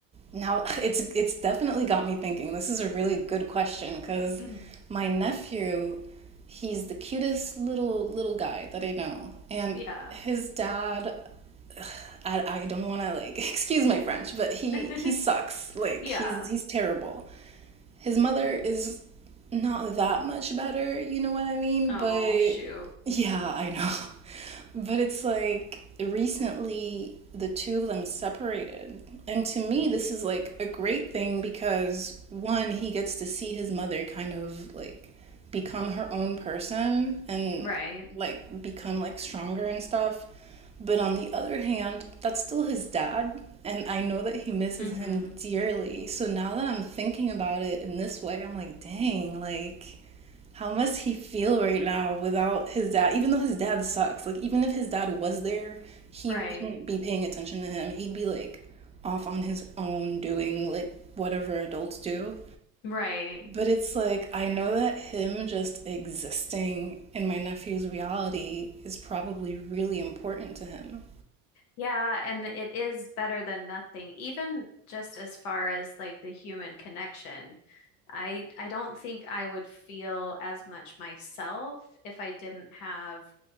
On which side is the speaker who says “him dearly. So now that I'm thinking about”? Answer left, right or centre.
Right